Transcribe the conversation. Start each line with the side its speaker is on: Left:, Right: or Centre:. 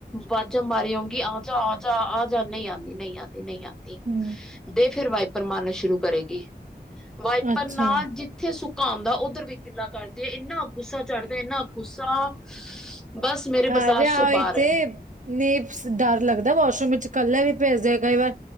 Centre: ਵਾਜਾ ਮਾਰੀ ਆਉਂਗੀ ਆ ਜਾ -ਆ ਜਾ- ਆ ਜਾ ਨਹੀਂ ਆਦੀ- ਨਹੀਂ ਆਦੀ -ਨਹੀਂ ਆਦੀ
Right: ਹੂੰ
Centre: ਦੇ ਫੇਰ ਵਾਈਪਰ ਮਾਰਨਾ ਸ਼ੁਰੂ ਕਰੇਗੀ ਵਾਈਪਰ
Right: ਅੱਛਾ
Centre: ਨਾਲ ਜਿੱ ਫੇਰ ਸੁੱਕਾ ਆਉਂਦਾ, ਉੱਧਰ ਵੀ ਗਿੱਲਾ ਕਰਦੀ ਹੈ, ਇੰਨਾ ਗੁੱਸਾ ਚੜਦਾ ਇੰਨਾ ਗੁੱਸਾ ਬਸ ਮੇਰੇ
Right: ਅਰੇ
Centre: ਬਰਦਾਸ਼ਤ
Right: ਆ ਓਹੀ
Centre: ਬਾਹਰ ਹੈ
Right: ਤੇ ਡਰ ਲੱਗਦਾ, ਵਾਸ਼ਰੂਮ ਵਿੱਚ ਕੱਲਾ ਵੀ ਪੇਜਦੇ ਕਈ ਵਾਰ